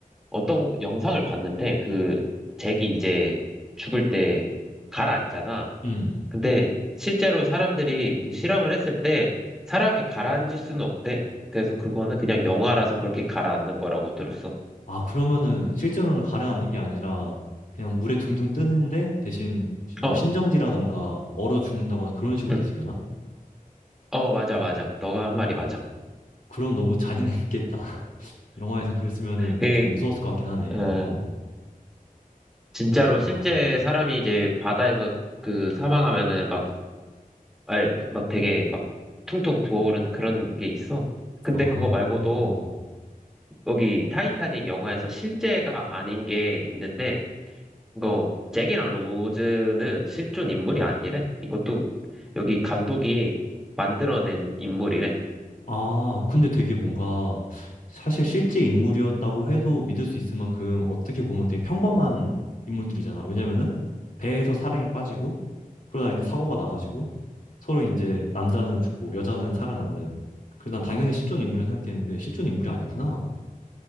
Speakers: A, in the centre; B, on the left.
A: 어떤 영상을 봤는데 그 잭이 이제 죽을 때 가라앉잖아.
B: 음.
A: 근데 실제로 사람들이 그 실험을 했을 때 사람이 가라앉을 수는 없대. 그래서 그거는 그냥 영화라서 그렇게 가라앉는 거라고 들었어.
B: 아, 그러면은 실제로는 가라앉는 게 아니라 그냥 물에 둥둥 뜨는데 대신 시- 뭐
A: 어,
B: 신정지라던가 얼어 죽는다거나 그런 식으로
A: 응.
B: 됐으려나?
A: 어, 맞아, 맞아. 너가 한 말이 맞아.
B: 그럼 너무 잔인했겠다. <laughs> 영화에서 그랬으면은
A: 그,
B: 좀 무서웠을 것 같긴 하네.
A: 어,
B: 어,
A: 진짜로
B: 그렇구나.
A: 실제
B: 어.
A: 사람이 이제 바다에서 그 사망하면은 막 알, 막 되게 막 퉁퉁 부어오르는 그런 게 있어. 근데
B: 아,
A: 그거 말고도
B: 어, 어.
A: 여기 타이타닉 영화에서 실제가 아닌 게 있는데 이거 잭이랑 로즈는 실존 인물이 아니래. 이것도 여기 감독이 만들어낸 인물이래.
B: 아, 근데 되게 뭔가 사실 실제 인물이었다고 해도 믿을 수 있을 만큼 어떻게 보면 되게 평범한 인물들이잖아. 왜냐면은 배에서 사랑에 빠지고 그러다 이제 사고가 나가지고 서로 이제 남자는 죽고 여자는 살아남는. 그래서 난 당연히 실존 인물이라 생각했는데 실존 인물이 아니구나.